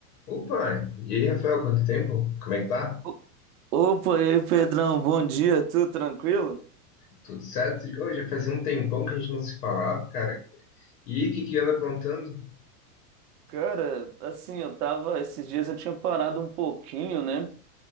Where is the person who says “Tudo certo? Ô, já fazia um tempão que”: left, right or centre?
Left